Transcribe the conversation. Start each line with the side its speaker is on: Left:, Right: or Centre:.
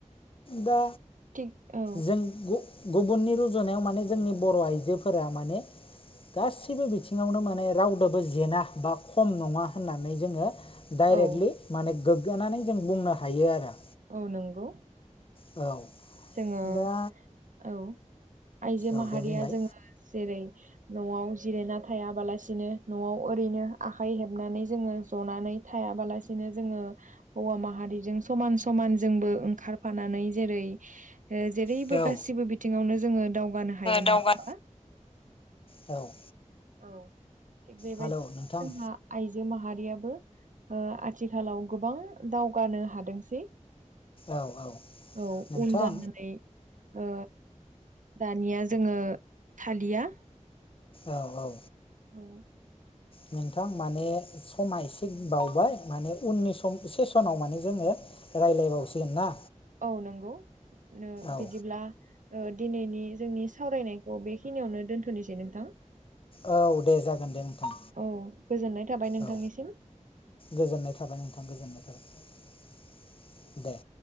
Left: दा
Right: थिग औ
Left: जों गु गुबुननि रुजुनायाव माने जोंनि बर' आइजोफोरा माने गासिबो बिथिङावनो माने रावदोबो जेना बा खम नङा होननानै जोङो डाइरेक्टलि
Right: औ
Left: माने गोगगानै जों बुंनो हायो आरो।
Right: औ नोंगौ
Left: औ
Right: जोङो
Left: दा
Right: औ आइजो
Left: औ
Right: माहारिया
Left: दे बुंलाय
Right: जोङो जेरै न'आव जिरायना थायाबालासिनो न'आव ओरैनो आखाइ हेबनानै जोङो जनानै थायाबालासिनो जोङो हौवा माहारिजों समान समान जोंबो ओंखारफानानै जेरै ओ जेरैबो
Left: औ जोङो
Right: गासिबो बिथिङावनो जोङो दावगानो हायो
Left: दावगा
Right: नङा होमबा
Left: औ
Right: औ थिग बेबायदि
Left: हेलौ नोंथां
Right: जोंहा आइजो माहारियाबो ओ आथिखालाव गोबां दावगानो हादोंसै
Left: औ औ
Right: औ
Left: नोंथां
Right: उन जानानै ओ दानिया जोङो थालिया
Left: औ-औ
Right: औ
Left: नोंथां माने समा एसे बावबाय माने उननि सम सेसनाव माने जोङो रायलायबावसिगोन ना
Right: औ नंगौ नो
Left: औ
Right: बिदिब्ला ओ दिनैनि जोंनि सावरायनायखौ बेखिनियावनो दोनथ'निसै नोंथां
Left: औ दे जागोन दे नोंथां
Right: औ गोजोननाय थाबाय नोंथांनिसिम
Left: औ गोजोननाय थाबाय नोंथां गोजोननाय थाबाय दे